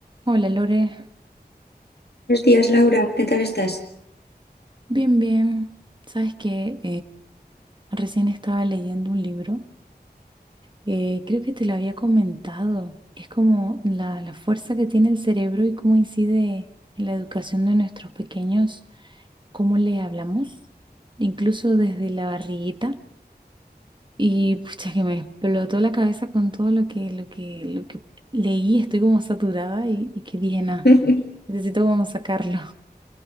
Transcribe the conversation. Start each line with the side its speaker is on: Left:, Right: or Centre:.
Right: Hola Lore,
Left: Buenos días, Laura, ¿qué tal estás?
Right: bien, bien. Sabes que recién estaba leyendo un libro, eh, creo que te lo había comentado, es como la, la fuerza que tiene el cerebro y cómo incide en la educación de nuestros pequeños, cómo le hablamos, incluso desde la barriguita. Y pucha, que me explotó la cabeza con todo lo que, lo que, lo que leí, estoy como saturada y, y que dije, nada,
Left: <laughs>
Right: necesito como sacarlo.